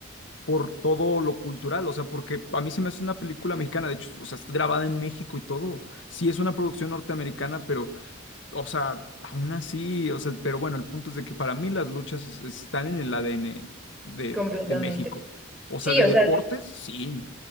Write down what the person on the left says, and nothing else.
por todo lo cultural. O sea, porque a mí se me hace una película mexicana, de hecho, o sea, es grabada en México y todo. Sí, es una producción norteamericana, pero o sea, aún así, o sea, pero bueno, el punto es de que para mí las luchas es- están en el ADN de,
de México. O
sea, de
deportes,
sí.